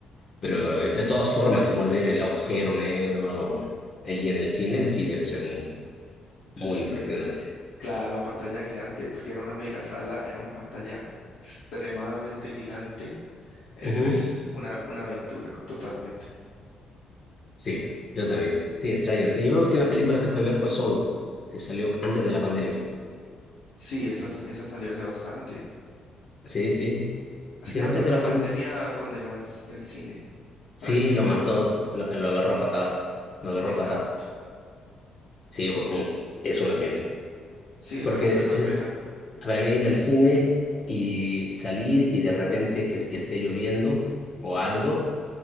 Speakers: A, on the left (about 45°); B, on the left (about 80°).
A: Pero eh, de todas formas, igual ver el agujero negro allí en el cine sí debe ser muy, muy impresionante.
B: Claro, en pantalla gigante, porque era una mega sala, era una pantalla extremadamente gigante. Eso
A: Ujú.
B: es una, una aventura co- totalmente.
A: Sí, yo también. Sí, extraño. Sí, yo la última película que fue a ver fue Solo, que salió antes de la pandemia.
B: Sí, esa, s- esa salió hace bastante.
A: Sí, sí.
B: Es
A: Sí,
B: que
A: antes
B: la, pa-
A: de
B: la
A: la
B: pandemia
A: pandemia.
B: condenó el, el cine
A: Sí,
B: prácticamente.
A: lo mató, lo, lo agarró a patadas. Lo agarró
B: Exacto.
A: a patadas. Sí, fue un- es una pena.
B: Sí, una
A: Porque
B: completa
A: es, es-
B: pena.
A: para mí ir al cine y salir y de repente que ya esté lloviendo o algo,